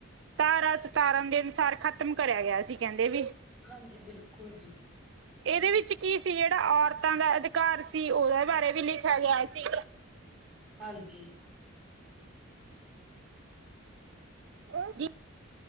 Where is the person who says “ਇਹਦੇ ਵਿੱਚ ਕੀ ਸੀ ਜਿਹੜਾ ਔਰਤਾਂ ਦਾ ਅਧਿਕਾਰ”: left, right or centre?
Right